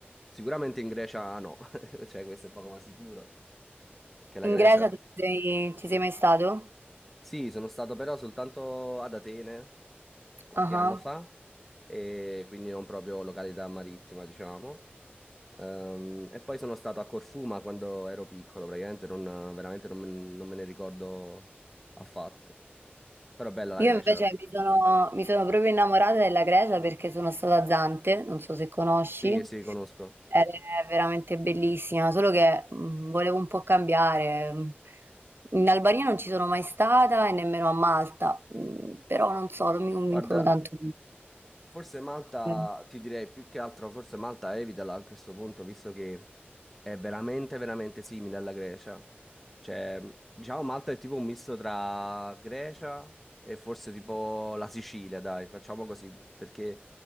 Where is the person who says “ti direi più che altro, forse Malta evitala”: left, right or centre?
Centre